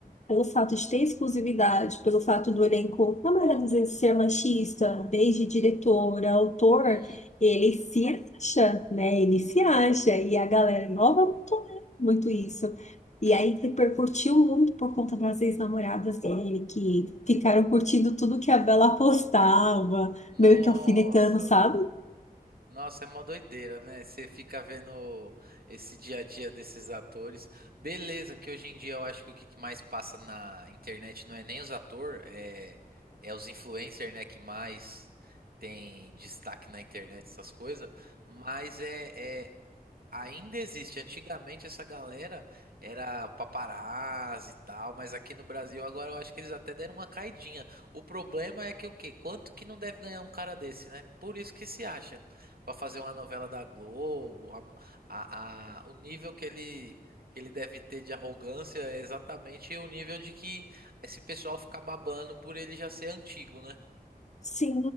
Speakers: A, on the left; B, on the right.
A: pelo fato de ter exclusividade, pelo fato do elenco, na maioria das vezes, ser machista, desde diretor, autor,
B: Hum.
A: ele se acha, né? Ele se acha. E a galera nova não tolera muito isso. E
B: Que.
A: aí repercutiu muito por conta das ex-namoradas dele, que ficaram curtindo tudo que a Bela postava,
B: Nossa.
A: meio que alfinetando, sabe?
B: Nossa, é uma doideira, né? Você fica vendo esse dia a dia desses atores. Beleza, que hoje em dia eu acho que o que que mais passa na internet não é nem os atores, é, é os influencers, né? Que mais tem destaque na internet, essas coisas. Mas é, é Ainda existe. Antigamente essa galera era paparazzi e tal, mas aqui no Brasil agora eu acho que eles até deram uma caidinha. O problema é que o quê? Quanto que não deve ganhar um cara desse, né? Por isso que se acha. Pra fazer uma novela da Globo, a, a- a- o nível que ele que ele deve ter de arrogância é exatamente o nível de que esse pessoal fica babando por ele já ser antigo, né?
A: Sim,